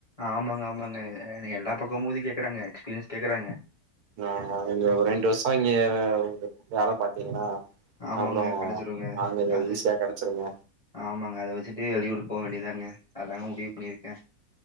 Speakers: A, on the left; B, on the right.
A: ஆமாங்க ஆமாங்க எல்லா பக்கமு இது கேக்குறாங்க எக்ஸ்பீரியன்ஸ் கேக்குறாங்க
B: ஆமா நீங்க ஒரு ரெண்டு வர்ஷோ இங்க வேல பாத்தீங்கன்னா
A: ஆமாங்க
B: அப்றோ
A: கெடச்சிருங்க
B: அங்க
A: அது
B: ஈசியா கெடச்சிருங்க
A: ஆமாங்க அத வச்சிட்டு வெளியூரு போ வேண்டிதாங்க அதாங்க முடிவு பண்ணிருக்கே